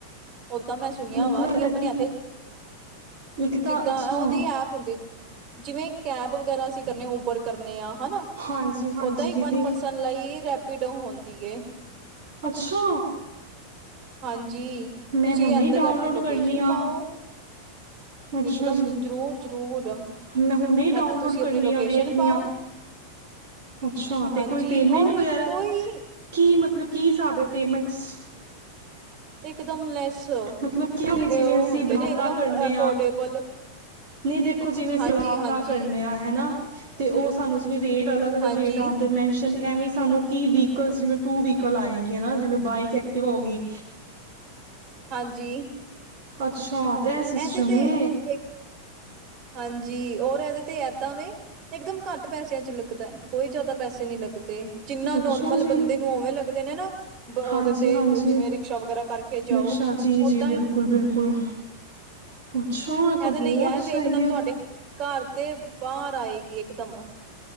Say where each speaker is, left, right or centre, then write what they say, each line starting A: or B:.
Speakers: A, on the right; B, on the right.
A: ਓਦਾਂ ਮੈਂ ਸੁਣਿਆ
B: ਮਤਲਬ
A: ਵਾ
B: ਮੇਰਾ
A: ਕਿ ਆਪਣੇ ਇੱਥੇ,
B: ਇੱਕ ਤਾਂ
A: ਜਿੱਦਾਂ
B: ਅੱਛਾ
A: ਉਹਦੀ ਐਪ ਹੁੰਦੀ ਜਿਵੇਂ ਕੈਬ ਵਗੈਰਾ ਅਸੀਂ ਕਰਨੇ ਆਂ ਉਬ ਪਰ ਕਰਨੇ ਆਂ। ਹਨਾ,
B: ਹਾਂਜੀ ਹਾਂਜੀ
A: ਓਦਾਂ ਹੀ
B: ਦੀਦੀ
A: ਵਨ ਪਰਸਨ ਲਈ ਰ ਪਿਡੋ ਹੁੰਦੀ ਏ।
B: ਅੱਛਾ।
A: ਹਾਂਜ ਜੀ,
B: ਮੈਂ
A: ਤੁਸੀਂ
B: ਹੁਣੇ
A: ਏਧਰ
B: ਹੀ ਡਾਊਨਲੋਡ
A: ਆਪਣੀ ਲੋਕੇਸ਼ਨ
B: ਕਰਨੀ ਆ
A: ਪਾਓ।
B: ਅੱਛਾ
A: ਇਕਦਮ
B: ਜੀ,
A: ਜ਼ਰੂਰ ਜ਼ਰੂਰ
B: ਮੈਂ ਹੁੰਨੇ ਡਾਊਨਲੋਡ
A: ਇੱਥੇ ਤੁਸੀਂ ਆਪਣੀ
B: ਕਰਨੀ
A: ਲੋਕੇਸ਼ਨ
B: ਆ ਵੇਖ
A: ਪਾਓ
B: ਅੱ ਅੱਛਾ
A: ਹਾਂਜੀ
B: ਤੇ ਕੋਈ ਪੇਮੈਂਟ
A: ਔਰ
B: ਵਗੈਰ੍ਹਾ
A: ਕੋਈ
B: ਕੀ ਮਤਲਬ ਕੀ ਹਿਸਾਬ ਐ, ਪੇਮੈਂਟਸ
A: ਇਕ ਦਮ ਲੈਸ।
B: ਮਤਲਬ ਕੀ
A: ਉਹ
B: ਜਿਵੇਂ, ਅਸੀਂ
A: ਹੁੰਦੇ
B: ਬਲਾਬਲਾ
A: ਨੇ ਇਕਦਮ
B: ਕਰਨੇ
A: ਅਫੋਰਡੇਬਲ
B: ਆ, ਨਹੀਂ ਦੇਖੋ ਜਿਵੇਂ
A: ਹਾਂਜੀ
B: ਬਲਾਮਲਾ
A: ਹਾਂਜੀ
B: ਕਰਨੇ ਆ ਹਨਾ, ਤੇ ਉਹ ਸਾਨੂੰ ਜਿਵੇਂ ਰੇ ਅਲੱਗ-ਅਲੱਗ
A: ਹਾਂਜੀ
B: ਰੇਟ ਆਂਦੇ ਨੇ ਮੈਨਸ਼ ਐਵੇਂ ਸਾਨੂੰ ਕੀ ਵਹੀਕਲ ਜਿਵੇਂ, ਟੂ ਵੀਕਲ ਆਏਗੀ ਨਾ, ਜਿਵੇਂ ਬਾਈਕ ਐਕਟਿਵਾ ਹੋ ਗਈ।
A: ਹਾਂਜੀ।
B: ਅੱਛਾ। ਐ ਸਿਸਟਮ
A: ਇਹਦੇ ਤੇ
B: ਏ
A: ਇੱਕ ਹਾਂਜੀ। ਔਰ ਇਹਦੇ ਤੇ ਏਦਾਂ ਵੇ ਇੱਕਦਮ ਘੱਟ ਪੈਸਿਆਂ ਚ ਲੱਗਦਾ, ਕੋਈ ਜ਼ਿਆਦਾ ਪੈਸੇ ਨਹੀਂ ਲੱਗਦੇ। ਤੇ, ਜਿੰਨਾ
B: ਅੱਛਾ
A: ਨੋਰਮਲ
B: ਜੀ
A: ਬੰਦੇ ਨੂੰ ਉਵੇਂ ਲੱਗਦੇ ਨੇ ਨਾ, ਬ ਓਦੇ
B: ਹਾਂਜੀ
A: ਤੇ
B: ਹਾਂਜੀ
A: ਜਿਵੇਂ ਰਿਕਸ਼ਾ ਵਗੈਰਾ ਕਰਕੇ ਜਾਓ
B: ਰਿਕਸ਼ਾ ਜੀ ਜੀ
A: ਓਦਾਂ
B: ਬਿਲਕੁਲ
A: ਹੀ
B: ਬਿਲਕੁਲ ਅੱਛਾ ਇਹ ਤਾਂ
A: ਇਹਦੇ
B: ਬਹੁਤ
A: ਲਈ ਇਹ
B: ਸਹੀ
A: ਵੇਖ ਇਕਦਮ
B: ਹੈ
A: ਤੁਹਾਡੇ ਘਰ ਤੇ ਬਾਹਰ ਆਏਗੀ ਇਕਦਮ